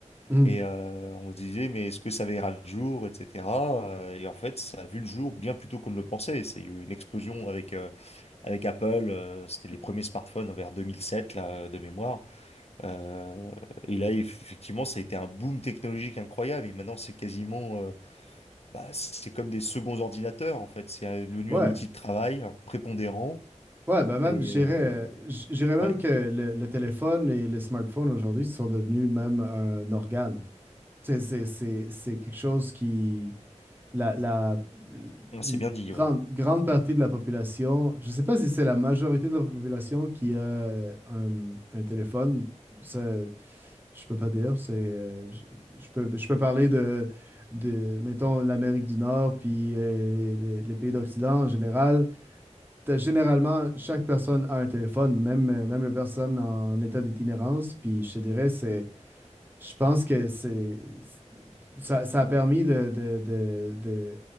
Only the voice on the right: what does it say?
Mhm.
Ouais.
Ouais, ben même,
je
dirais euh, je dirais même
que le, le téléphone et le smartphone aujourd'hui sont devenus même un organe. Tu sais, C'est, c'est, c'est quelque chose qui, la, la,
une
grande,
grande partie de la population, je ne sais pas si c'est la majorité de la population qui a euh, un, un téléphone. Ça, je peux pas dire, c'est euh, je, je peux je peux parler de de mettons l'Amérique du Nord puis euh, les, les- les pays d'Occident en général. t'as- généralement, chaque personne a un téléphone, même, même les personnes en état d'itinérance. Puis je te dirais, c'est je pense que c'est ça, ça a permis de, de- de- de